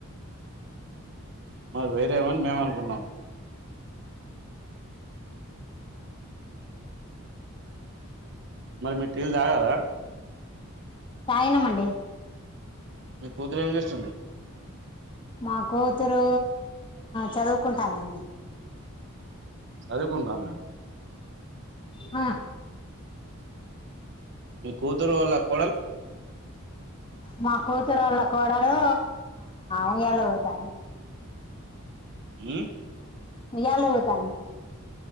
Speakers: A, on the right; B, on the left.
A: మాక్ వేరేమని మేము అనుకున్నాం మరి మీరూ టీల్ తాగారా
B: తగినమండి
A: మీకు కూతురు అంచెస్తుంది
B: మా కూతురు చదువుకుంటాందండి
A: చదువుకుంటంద
B: ఆ
A: మీ కూతురు వళ కోడల్
B: మా కూతురుళ్ళ కోడలు ఉయ్యాల ఉగుతాంది
A: ఉ
B: ఊయల ఉగుతాంది